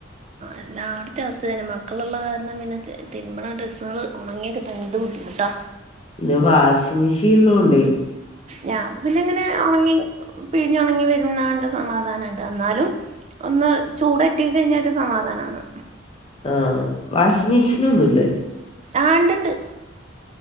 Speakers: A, on the right; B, on the left.
A: എല്ലാവട്ത്തെ അവസ്ഥ തന്നെ മക്കളുള്ള കാര്ണം പിന്നെ ത് തിരുമ്പണ ആ ഡ്രസ്സുകള് ഒണങ്ങിക്കിപ്പെന്ത് ബുദ്ധിമുട്ടാ
B: പിന്നെ വാഷിം മെഷി ഇള്ളോണ്ടെ
A: ഞാ അത് പിന്നെ ഇങ്ങനെ ഒണങ്ങി പിഴിഞ്ഞൊണങ്ങി വരുന്നാന്റെ സമാധാനുണ്ട് അന്നാലും ഒന്ന് ചൂടറ്റി കൈഞ്ഞ ഒരു സമാധാനവാണ്
B: ആ വാഷിമിഷിനൊന്നൂല്ലേ
A: ആ ഇണ്ട് ഇണ്ട്